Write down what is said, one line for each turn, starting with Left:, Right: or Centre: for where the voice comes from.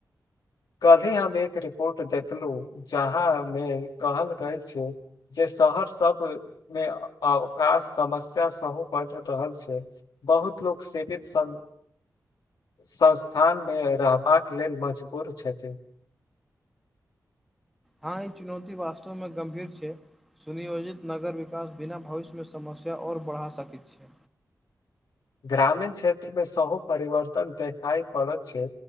Left: कल्हि हम एक रिपोर्ट देखलहु जहाँ मे कहल गेल छै जे शहर सब मे अवकाश समस्या सेहो बढ़ रहल छै बहुत लोक सेपित स संस्थानमे रहबाक लेल मजबूर छथिन
Centre: हँ ई चुनौती वास्तवमे गम्भीर छै सुनियोजित नगर विकास बिना भविष्यमे समस्या ओर बढ़ा सकैत छै
Left: ग्रामीण क्षेत्रमे सहु परिवर्तन देखाइ पड़ैत छै